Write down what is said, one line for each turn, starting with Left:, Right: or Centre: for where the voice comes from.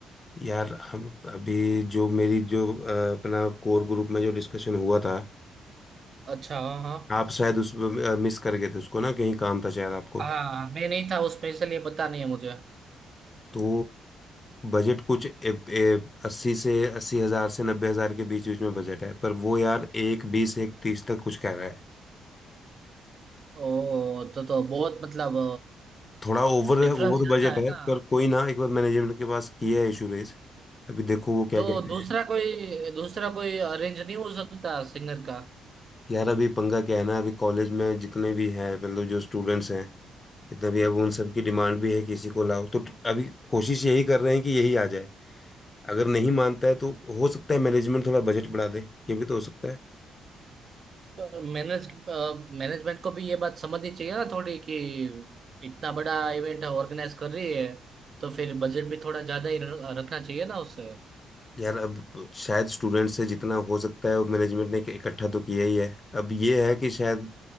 Left: यार हम अभी जो मेरी जो अ, अपना कोर ग्रुप में जो डिस्कशन हुआ था
Right: अच्छा हाँ
Left: आप शायद उस मिस कर गए थे उसको ना कहीं काम था शायद आपको
Right: हाँ हाँ मैं नहीं था उसमें इसलिए पता नहीं है मुझे
Left: तो बजट कुछ ए, ए, अस्सी से अस्सी हजार से नब्बे हजार के बीच बीच में बजट है पर वो यार एक बीस एक तीस तक कुछ कह रहा है
Right: ओ तो तो बहुत मतलब
Left: थोड़ा ओवर
Right: डिफरेंस
Left: ओवर
Right: ज्यादा
Left: बजट
Right: है
Left: है
Right: ना
Left: पर कोई ना एक बार मैनेजमेंट के पास किया है इशू रेज अभी देखो वो क्या
Right: तो
Left: कहते
Right: दूसरा
Left: हैं
Right: कोई दूसरा कोई अरेंज नहीं हो सकता सिंगर का
Left: यार अभी पंगा क्या है ना अभी कॉलेज में जितने भी हैं मतलब जो स्टूडेंट्स हैं कि तभी अब उन सब की डिमांड भी है कि इसी को लाओ तो ट- अभी कोशिश यही कर रहे हैं कि यही आ जाए अगर नहीं मानता है तो हो सकता है मैनेजमेंट थोड़ा बजट बढ़ा दे ये भी तो हो सकता है
Right: मैनेज मैनेजमेंट को भी ये बात समझनी चाहिए ना थोड़ी कि इतना बड़ा इवेंट ऑर्गेनाइज कर रही है तो फिर बजट भी थोड़ा ज्यादा ही र- रखना चाहिए ना उससे
Left: यार अब शायद स्टूडेंट से जितना हो सकता है मैनेजमेंट ने इकट्ठा तो किया ही है अब ये है कि शायद